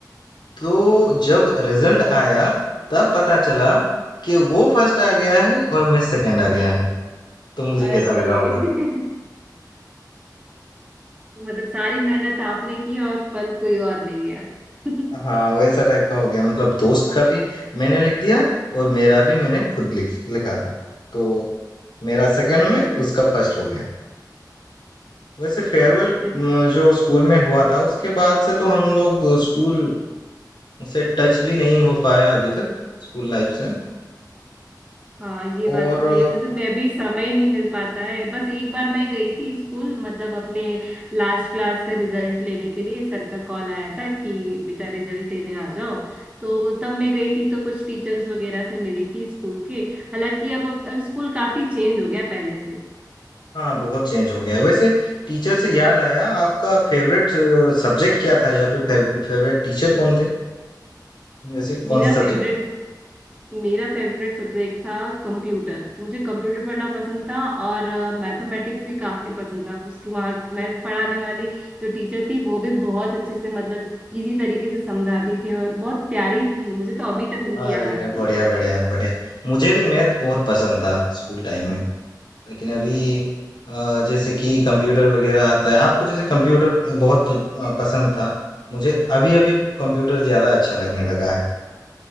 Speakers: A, on the left; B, on the right.
A: तो जब रिजल्ट आया तब पता चला
B: हाँ
A: कि वो फर्स्ट आ गया है और मैं सेकंड आ गया हूँ तो मुझे
B: अरे
A: कैसा लगा होगा
B: <laughs> मतलब सारी मेहनत आपने की और फल कोई और ले गया <laughs>
A: हाँ वैसा टाइप का हो गया मतलब दोस्त का भी मैंने लिख दिया और मेरा भी मैंने खुद लिख लिखा था तो मेरा सेकंड में उसका फर्स्ट हो गया वैसे फेयरवेल
B: चलिए
A: जो स्कूल में हुआ था उसके बाद से तो हम लोग स्कूल से टच भी नहीं हो पाया अभी तक स्कूल लाइफ से
B: हाँ ये बात
A: और
B: तो सही है मतलब मैं भी समय नहीं मिल पाता है बस एक बार मैं गई थी स्कूल मतलब अपने लास्ट क्लास का रिजल्ट लेने के लिए सर का कॉल आया था कि बेटा रिजल्ट देने आ जाओ तो तब मैं गई थी तो कुछ टीचर्स वगैरह से मिली थी स्कूल के हालांकि अब अब स्कूल काफी चेंज हो गया पहले से
A: हाँ बहुत चेंज हो गया है वैसे टीचर से याद आया आपका फेवरेट सब्जेक्ट क्या था या फिर फेवरेट टीचर कौन थे वैसे
B: मेरा
A: कौन से सब्जेक्ट
B: फेवरेट
A: के
B: मेरा फेवरेट सब्जेक्ट था कंप्यूटर मुझे कंप्यूटर पढ़ना पसंद था और मैथमेटिक्स भी काफी पसंद था उसकी वहाँ मैथ पढ़ाने वाली जो टीचर थी वो भी बहुत अच्छे से मतलब इजी तरीके से समझाती थी और बहुत प्यारी थी मुझे तो अभी तक उनकी
A: अरे
B: याद
A: अरे
B: आती
A: बढ़िया
B: है
A: बढ़िया बढ़िया मुझे भी मैथ बहुत पसंद था स्कूल टाइम में लेकिन अभी अ, जैसे कि कंप्यूटर वगैरह आता है आपको जैसे कंप्यूटर बहुत अ, पसंद था मुझे अभी अभी कंप्यूटर ज्यादा अच्छा लगने लगा है